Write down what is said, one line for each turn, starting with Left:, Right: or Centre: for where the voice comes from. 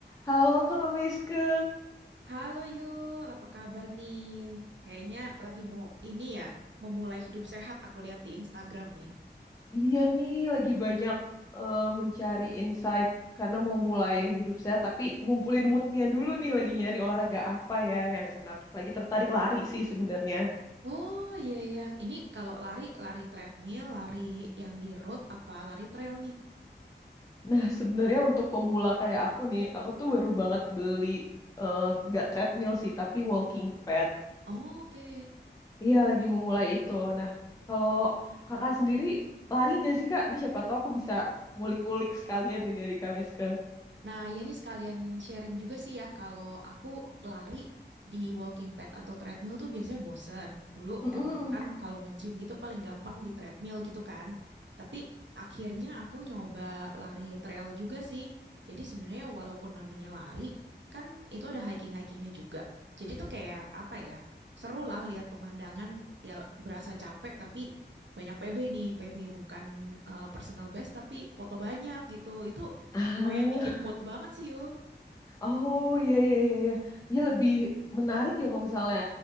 Left: Halo Kak Miske,
Right: Halo Yul, apa kabar nih? Kayaknya lagi mau ini ya, memulai hidup sehat aku lihat di Instagram nih.
Left: iya nih lagi banyak eh, mencari insight karena mau mulai hidup saya, tapi ngumpulin moodnya dulu nih lagi nyari olahraga apa ya yang enak. Lagi tertarik lari sih sebenarnya.
Right: Oh iya iya, ini kalau lari lari treadmill, lari yang di road apa lari trail nih?
Left: Nah sebenarnya untuk pemula kayak aku nih, aku tuh baru banget beli eh, nggak treadmill sih, tapi walking pad.
Right: Oh, Oke.
Left: Iya lagi memulai itu. Nah kalau kakak sendiri lari nggak sih Kak? Nih siapa tahu aku bisa ngulik-ngulik sekalian nih dari Kak Miske.
Right: Nah, ya ini sekalian sharing juga sih ya, kalau aku lari di walking pad atau treadmill tuh biasanya bosen. Dulu
Left: Mm-mm.
Right: emang kan kalau nge-gym gitu paling gampang di treadmill gitu kan. Tapi akhirnya aku nyoba lari trail juga sih. Jadi sebenarnya walaupun namanya lari, kan itu ada hiking-hikingnya juga. Jadi tuh kayak apa ya, seru lah lihat pemandangan ya berasa capek tapi banyak PB nih. PB bukan eh, personal best tapi foto banyak gitu. Itu
Left: Ah.
Right: Lumayan bikin mood banget sih, Yul.
Left: Oh iya iya iya iya. Ya lebih menarik ya kalau misalnya